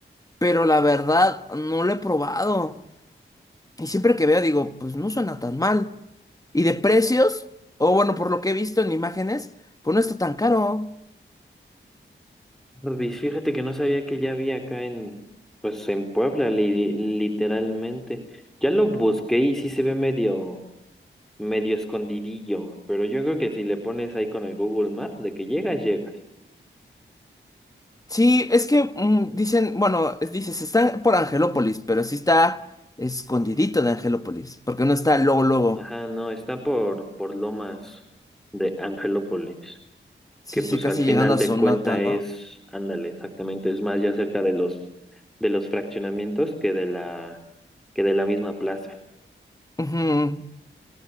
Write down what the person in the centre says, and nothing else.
Arby's, fíjate que no sabía que ya había acá en, pues en Puebla, li- literalmente. Ya lo busqué y sí se ve medio medio escondidillo, pero yo creo que si le pones ahí con el Google Maps de que llegas, llegas.
Ajá, no, está por, por Lomas de Angelópolis,
que pues
al final
de
cuenta
es, ándale, exactamente, es más ya cerca de los, de los fraccionamientos que de la, que de la misma plaza.